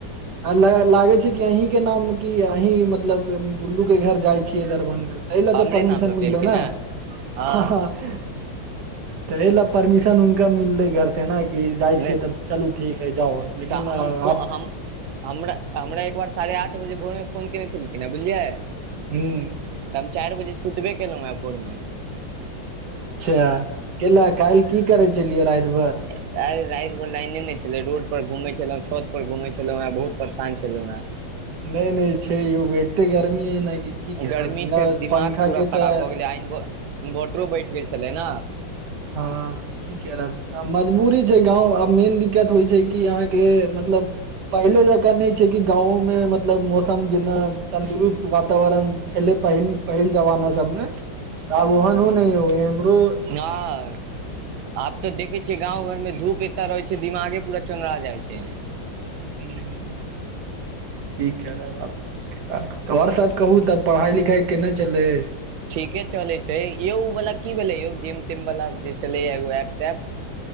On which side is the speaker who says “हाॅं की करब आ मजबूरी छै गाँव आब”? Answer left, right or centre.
Right